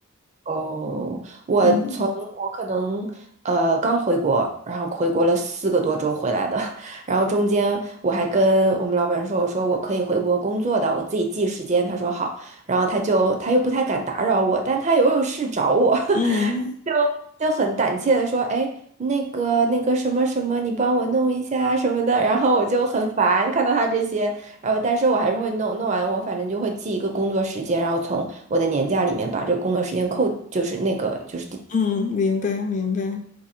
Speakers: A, on the right; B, on the left.
A: 哦，我从我可能呃刚回国，
B: 嗯
A: 然后回国了四个多周回来的，<laughs> 然后中间我还跟我们老板说，我说我可以回国工作的，我自己记时间，他说好，然后他就他又不太敢打扰我，但他又有事找我。
B: 嗯
A: <laughs> 就就很胆怯的说，哎，那个那个什么什么，你帮我弄一下什么的，然后我就很烦看到他这些，然后但是我还是会弄，弄完我反正就会记一个工作时间，然后从我的年假里面把这个工作时间扣，就是那个就是第，
B: 嗯，明白明白。